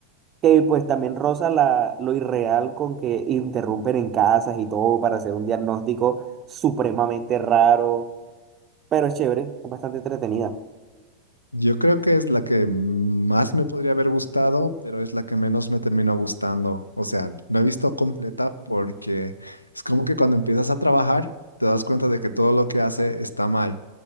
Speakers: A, on the right; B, on the left.
A: que pues también roza la, lo irreal con que interrumpen en casas y todo para hacer un diagnóstico supremamente raro, pero es chévere, es bastante entretenida.
B: Yo creo que es la que más me podría haber gustado, pero es la que menos me terminó gustando. O sea, no he visto completa porque es como que cuando empiezas a trabajar te das cuenta de que todo lo que hace está mal